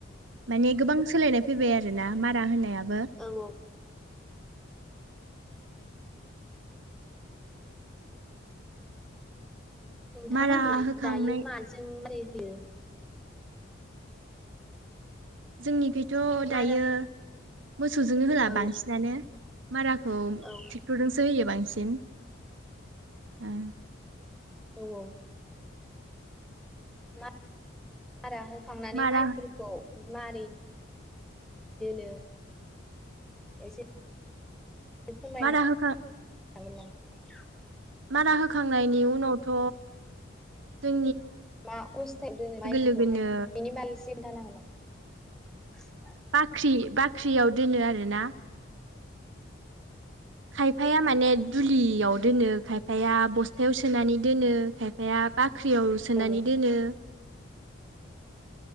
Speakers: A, on the right; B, in the centre.
A: माने गोबां सोलायनाय फैबाय आरोोना मारा होनायाबो
B: औ औ। नोंथांमोननि
A: मारा होखांनाय
B: दायो माजों <unintelligible> होयो?
A: जोंनिखै थ' दायो
B: मारा
A: मोसौजोंनो होला
B: औ
A: बांसिनानो माराखौ
B: औ
A: ट्रेक्टरजोंसो होयो बांसिन थिं उम।
B: औ औ। मा रा होखांनानै
A: मारा
B: माइफोरखौ मारै दोनो एसे फोरमायनो
A: मारा होखां
B: <unintelligible>
A: मारा होखांनायनि उनावथ' जों
B: मा अबसथायावहाय दोनो माइफोरखौहाय
A: लोगोनो
B: बेनि बागै एसे खोनथानो हागोन नामा?
A: बाख्रि बाख्रियाव दोनो आरोना। खायफाया माने दुलियाव दोनो खायफाया बस्थायाव सोनानै दोनो खायफाया बाख्रियाव सोनानै
B: औ
A: दोनो।